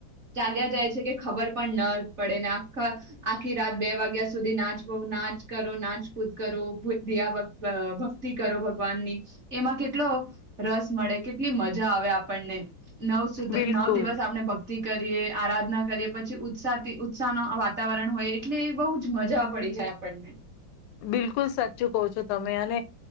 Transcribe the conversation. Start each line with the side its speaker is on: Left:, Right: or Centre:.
Right: ચાલ્યા જાય છે. કે ખબર પણ ના પડે ને આખા આખી રાત બે વાગ્યા સુધી નાચવો નાચ કરો નાચકૂદ કરો ભક્તિ કરો ભગવાનની, એમાં કેટલો રસ મળે કેટલી મજા આવે આપણને. નવ સુદ્ધ
Left: બિલકુલ
Right: નવ દિવસ આપણે ભક્તિ કરીએ આરાધના કરીએ પછી. ઉત્સાહથી ઉત્સાહ નું વાતાવરણ હોય એટલે એ બહુ જ મજા પડી જાય આપણને.
Left: બિલકુલ સાચું કો છો તમે અને,